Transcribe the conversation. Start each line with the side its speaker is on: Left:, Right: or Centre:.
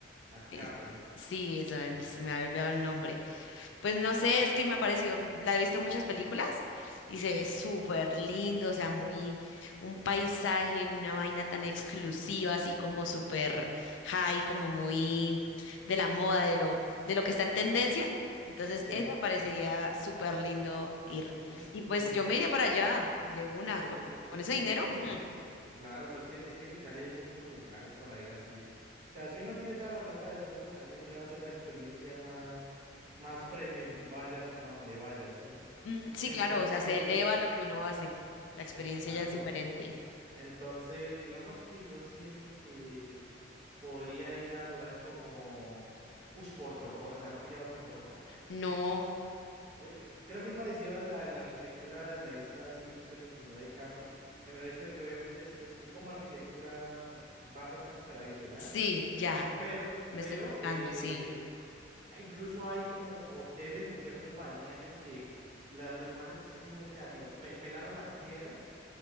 Right: a Capri.
Left: Es- Sí, eso, eh, se me había olvidado el nombre. Pues no sé, es que me ha parecido, la he visto en muchas películas y se ve súper lindo, o sea, muy un paisaje, una vaina tan exclusiva, así como súper high, como muy de la moda, de lo, de lo que está en tendencia. Entonces,
Right: Sí.
Left: eso me parecería súper lindo ir.
Right: Uy,
Left: Y pues
Right: porque es
Left: yo
Right: que
Left: me iría para allá de una,
Right: Uy, sí,
Left: con,
Right: pero eh,
Left: con
Right: es
Left: ese
Right: que,
Left: dinero.
Right: es que ni,
Left: hmm.
Right: claro, pero es que, es que en Italia hay muchos lugares para ir así. O sea, si uno tiene toda la plata del mundo, o sea, siempre va a ser la experiencia más, más premium, vaya a donde vaya, ¿sí?
Left: Mm, Sí,
Right: Entonces,
Left: claro, o sea, se eleva lo que uno hace. La experiencia
Right: exacto.
Left: ya es diferente.
Right: Entonces, digamos que yo siento que podría ir a lugares como, uy, Portocorsa, ¿no ha pillado Portocorsa?
Left: No,
Right: Oye, eh, eh, Creo que es parecido a la, en la arquitectura, la isla así que usted mencionó de Capri, en el hecho de que obviamente es, es- es como arquitectura barroca, tradicional,
Left: sí, ya,
Right: pero,
Left: me
Right: pero
Left: estoy buscando,
Right: eh,
Left: sí.
Right: incluso hay como hoteles o ciertos balnearios que la- los manes, es que son muy creativos, pe- pelaron las piedras